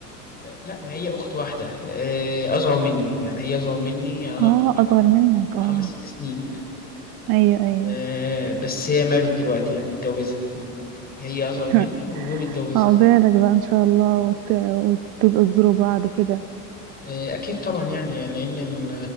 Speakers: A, on the left; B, on the right.
A: آه، لا ما هي اخت واحده آه، اصغر مني يعني هي اصغر مني يعني انا
B: اه أصغر منك اه
A: خمس ست سنين
B: أيوه أيوه
A: آه، بس هي مارد دلوقتي يعني متجوزه يعني هي اصغر
B: <laughs>
A: مني ومتجوزه
B: عقبالك بقى إن شاء الله وت... وتبقوا تزوروا بعض كده
A: آه، اكيد طبعا يعني لان ال...